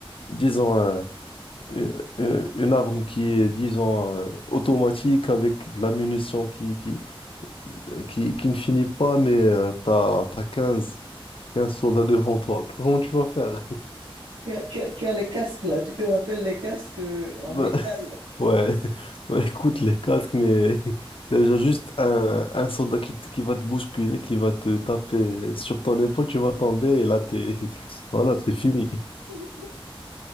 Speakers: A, on the left; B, on the right.
A: disons, un- une, une- une arme qui est, disons, euh, automatique, avec de la munition qui, qui, qui, qui ne finit pas, mais euh, t'as, t'as quinze quinze soldats devant toi. Comment tu vas faire?
B: Tu as, tu as, tu as les casques, là. Tu te rappelles les casques euh, en
A: <laughs>
B: métal.
A: Ouais, <laughs> Bah, écoute les casques, mais <laughs> déjà juste un, un soldat qui, te- qui va te bousculer, qui va te taper sur ton épaule, tu vas tomber et là t'es <laughs> voilà, t'es fini.
B: <laughs>